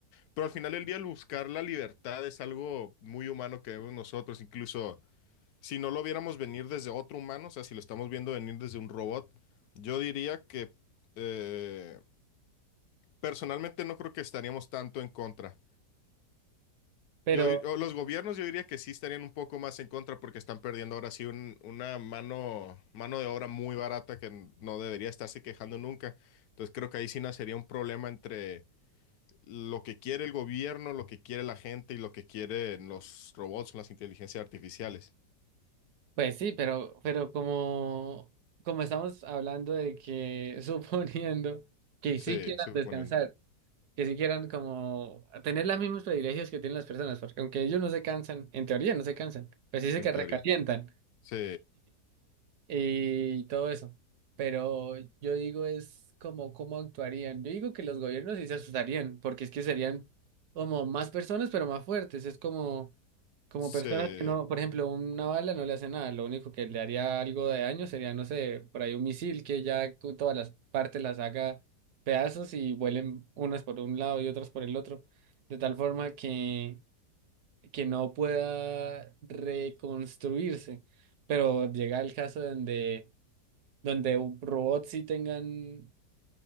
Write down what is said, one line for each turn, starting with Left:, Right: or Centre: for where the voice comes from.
Left: pero al final del día el buscar la libertad es algo muy humano que vemos nosotros, incluso si no lo viéramos venir desde otro humano, o sea, si lo estamos viendo venir desde un robot, yo diría que eh, personalmente no creo que estaríamos tanto en contra.
Right: Pero,
Left: Yo, di- o los gobiernos yo diría que sí estarían un poco más en contra porque están perdiendo ahora sí un- una mano, mano de obra muy barata que n- no debería estarse quejando nunca. Entonces creo que ahí sí nacería un problema entre lo que quiere el gobierno, lo que quiere la gente y lo que quieren los robots o las inteligencias artificiales.
Right: pues sí, pero, pero como, como estamos hablando de que, <laughs> suponiendo que
Left: Sí,
Right: sí quieran
Left: suponiendo,
Right: descansar, que sí quieran como tener los mismos privilegios que tienen las personas, porque aunque ellos no se cansan, en teoría no se cansan, pues sí se
Left: en
Right: que
Left: teoría.
Right: recalientan.
Left: Sí.
Right: y todo eso. Pero yo digo es como cómo actuarían. Yo digo que los gobiernos sí se asustarían, porque es que serían como más personas, pero más fuertes. Es como, como
Left: Sí.
Right: personas que no, por ejemplo, una bala no le hace nada. Lo único que le haría algo de daño sería, no sé, por ahí un misil que ya con todas las partes las haga pedazos y vuelen unas por un lado y otras por el otro. De tal forma que, que no pueda reconstruirse. Pero llega el caso donde donde u- robots sí tengan,